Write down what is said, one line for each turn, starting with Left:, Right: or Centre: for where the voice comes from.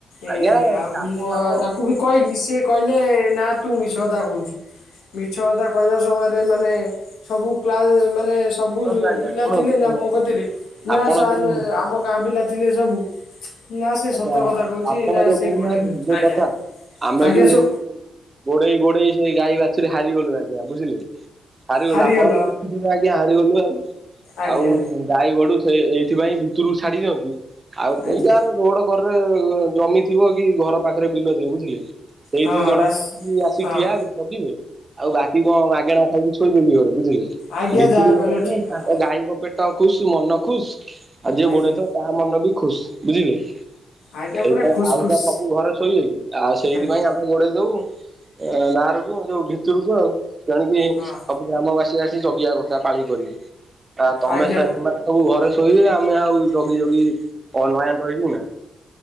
Left: ଏ
Right: ଆଜ୍ଞା
Left: ଆଉ
Right: ଚାଷ
Left: ମୁଁ
Right: କାମ
Left: ତାଙ୍କୁ ବି କହିଲି ସିଏ କହିଲେ ନା ତୁ ମିଛ କଥା କହୁଛୁ। ମିଛ କଥା କହିବା ସମୟ ରେ ମାନେ ସବୁ କ୍ଲାସ୍ ମାନେ ସବୁ
Right: ଶୁଣନ୍ତୁ ଆଜ୍ଞା
Left: ପିଲା
Right: ଶୁଣନ୍ତୁ
Left: ଥିଲେ ନାଁ
Right: ଆଜ୍ଞା
Left: ମୋ କତିରେ ନାଁ
Right: ଆପଣ
Left: ସାରେ
Right: ଯୋଉ
Left: ଆମ ଗାଁ ପିଲା ଥିଲେ ସବୁ। ନା ସେ
Right: ଆଜ୍ଞା
Left: ସତ କଥା କହୁଛି
Right: ଆପଣ
Left: ନା
Right: ଯୋଉ
Left: ସେ
Right: କହୁ
Left: ଗୋଡ଼େଇ
Right: ନାହାନ୍ତି
Left: ଧରୁଛି
Right: ଯୋଉ
Left: ଆଜ୍ଞା
Right: କଥା ଆମେ
Left: ଆଜ୍ଞା
Right: ବି
Left: ସୋ
Right: ଗୋଡେଇ-ଗୋଡେଇ ସେଇ ଗାଈ ବାଛୁରୀ ହାରିଗଲୁ ଆଜ୍ଞା ବୁଝିଲେ। ହାରିଗଲୁ
Left: ହାରିଗଲ
Right: ଆପଣ ତ ଦେଖୁଥିବେ ଆଜ୍ଞା ହାରିଗଲୁ ଆଉ-ଆଉ।
Left: ଆଜ୍ଞା
Right: ଗାଈ ଗୋରୁ ସେ ଏଇଥି ପାଇଁ ଭିତରୁକୁ ଛାଡି ଦିଅନ୍ତି ଆଉ କଉ
Left: ଆଜ୍ଞା
Right: ଗାଁ ର ରୋଡ୍ କରରେ ଜମି ଥିବ କି ଘର ପାଖରେ ବିଲ ଥିବ ବୁଝିଲେ। ସେଇ
Left: ହଁ
Right: ଦି ଜଣ
Left: ରାସ୍
Right: କଣ ଖାଲି ଆସିିକି
Left: ହଁ
Right: ଠିଆ ହେବେ ଜଗିବେ ଆଉ ବାକି କଣ ମାଗେଣା ଖାଇବେ। ଶୋଇ ଥିଲି ଘରେ ବୁଝିଲେ
Left: ଆଜ୍ଞା
Right: ଭିତରକୁ
Left: ଯାହା
Right: ଗୋଟେ
Left: କହିଲ
Right: ମାନେ
Left: ଠିକ କଥା
Right: ତାଙ୍କ ଗାଈ ଙ୍କ ପେଟ ଖୁସ୍ ମନ ଖୁସ୍। ଆଉ ଯିଏ
Left: ଆଜ୍ଞା
Right: ଗୋଡ଼େଇ ଥିବ ତା ମନ ବି ଖୁସ୍ ବୁଝିଲେ।
Left: ଆଜ୍ଞା
Right: ସେଇ
Left: ପୁରା
Right: ପାଇଁ
Left: ଖୁସ୍
Right: ଆଉ
Left: ଖୁସ୍
Right: ତ ସବୁ ଘରେ ଶୋଇବେ କି ଆଉ ସେଇଥି
Left: ଆଜ୍ଞା
Right: ପାଇଁ ଆ। ଗୋଡ଼େଇ ଦଉ ବାହାରକୁ ଯୋଉ ଭିତରକୁ ଆଉ ଆଣିକି
Left: ହଁ
Right: ଗ୍ରାମବାସୀ ଆସିିକି ଜଗିବା କଥା ପାଳି କରିକି ଆ ତମେ
Left: ଆଜ୍ଞା
Right: ସେ ସେମାନେ ସବୁ ଘରେ ଶୋଇବେ ଆମେ ଆଉ ଜଗି ଜଗି ଅ ନୟାନ୍ତ ହେଇଯିବୁ ନା।